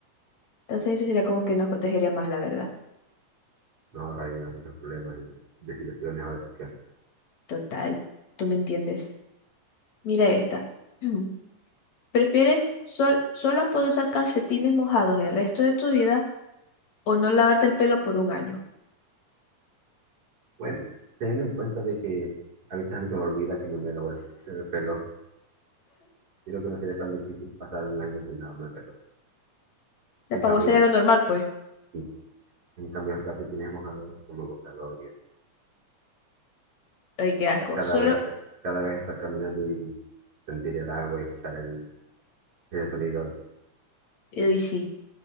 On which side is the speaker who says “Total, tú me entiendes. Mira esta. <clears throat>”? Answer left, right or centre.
Left